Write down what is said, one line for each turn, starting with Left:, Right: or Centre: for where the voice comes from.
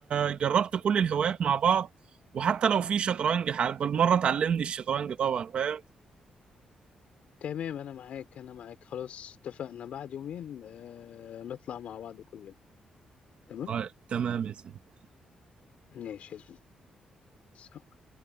Right: جربت كل الهوايات مع بعض وحتى لو في شطرنج حال بالمره تعلمني الشطرنج طبعا فاهم
Left: تمام انا معاك انا معاك خلاص اتفقنا بعد يومين اه نطلع مع بعض كلنا تمام
Right: طيب تمام يا زميلي
Left: ماشي يا زميلي